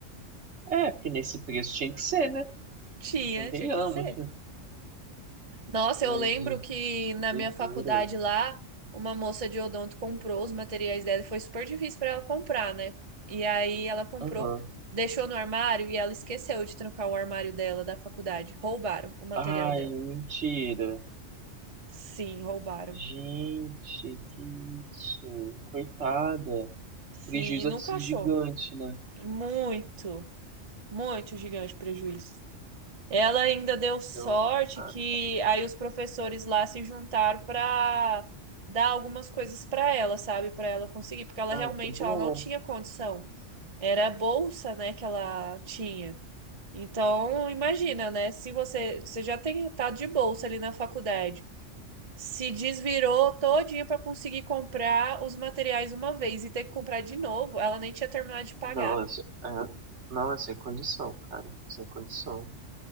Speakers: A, on the right; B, on the right.
A: É, porque nesse preço tinha que ser, né,
B: <laughs> Tinha,
A: convenhamos,
B: tinha que ser. Nossa,
A: mas,
B: eu lembro
A: gente,
B: que
A: que
B: na
A: doideira.
B: minha faculdade lá, uma moça de odonto comprou os materiais dela e foi super difícil para ela comprar, né? E aí ela comprou,
A: Aham.
B: deixou no armário e ela esqueceu de trancar o armário dela da faculdade. Roubaram o material
A: Ai,
B: dela.
A: mentira.
B: Sim, roubaram.
A: Gente, que isso, coitada.
B: Sim,
A: Prejuízo
B: nunca
A: deve ter sido
B: achou.
A: gigante, né,
B: Muito, muito gigante prejuízo. Ela ainda deu sorte
A: caramba, cara.
B: que aí os professores lá se juntaram para dar algumas coisas para ela, sabe? Para ela conseguir, porque ela realmente
A: Ai, que bom.
B: ela não tinha condição. Era a bolsa, né, que ela tinha. Então, imagina, né? Se você, você já tem tá de bolsa ali na faculdade, se desvirou todinha para conseguir comprar os materiais uma vez e ter que comprar de novo, ela nem tinha terminado de pagar.
A: Nossa, é, não, é sem condição, cara, sem condição.